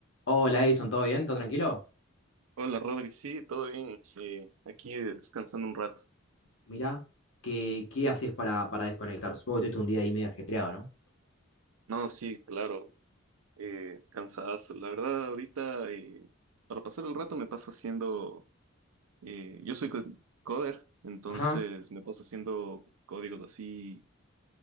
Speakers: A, on the left; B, on the right.
A: Hola Edison, ¿todo bien? ¿Todo tranquilo?
B: Hola Rodri, sí, todo bien. Eh, aquí descansando un rato.
A: Mirá, ¿qué, qué haces para, para desconectar? Supongo que tuviste un día ahí medio ajetreado, ¿no?
B: No, sí, claro, eh, cansadazo. La verdad, ahorita, eh, para pasar el rato me paso haciendo, eh, yo soy co- coder, entonces
A: Ajá.
B: me paso haciendo códigos así,